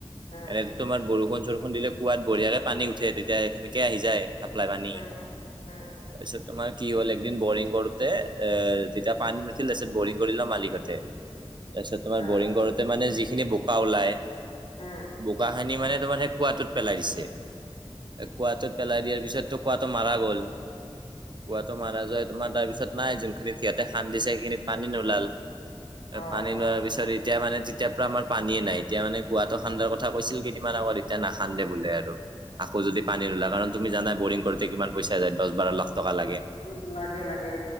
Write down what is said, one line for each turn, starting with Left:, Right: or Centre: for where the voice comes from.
Left: উম উম
Right: এনেো তোমাৰ বৰষুণ চৰষুণ দিলে কুৱাত বঢ়িয়াকে পানী উঠে তেতিয়া সেনেকে আহি যায়। চাপ্লাই পানী।
Left: উম
Right: তাৰপিছত
Left: উম উম
Right: তোমাৰ কি হ'ল একদিন বৰিং কৰো এ তেতিয়া পানী নুঠিল তাৰপিছত বৰিং কৰিলে মালিকহঁতে। তাৰপিছত তোমাৰ
Left: আচ্ছা
Right: বৰিং কৰোতে মানে যিখিনি বোকা ওলাই
Left: উম
Right: বোকাখিনি মানে তোমাৰ সেই কুৱটোত পেলাই দিছে। কুৱটোত
Left: অ
Right: পেলাই দিয়াৰ পিছততো কুৱাটো মাৰা গ'ল। কুৱাটো মাৰা যায় তোমাৰ তাৰপিছত নাই যোনখিনিত সিহঁতে সান্দিছে সেইখিনিত পানী নোলাল।
Left: অ
Right: পানী লোৱাৰ পিছত এতিয়া মানে তেতিয়া পৰা আমাৰ পানীয়েই নাই। এতিয়া মানে কুৱাটো খান্দাৰ কথা কৈছিল কেইদিন আগত এতিয়া নখান্দে বোলে আৰু। আকৌ যদি পানী নোলাই কাৰণ তুমি জান বৰিং কৰোতে কিমান পইচা যায় দহ বাৰ লাখ টকা লাগে।
Left: উম, লাগে লাগে